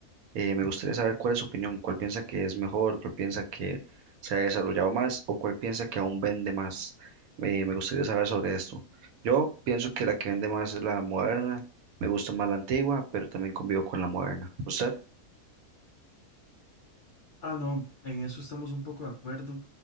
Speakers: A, on the right; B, on the left.
A: Eh, me gustaría saber cuál es su opinión, cuál piensa que es mejor, cuál piensa que se ha desarrollado más o cuál piensa que aún vende más. Eh, me gustaría saber sobre esto. Yo pienso que la que vende más es la moderna, me gusta más la antigua, pero también convivo con la moderna. ¿Usted?
B: Ah, no, en eso estamos un poco de acuerdo.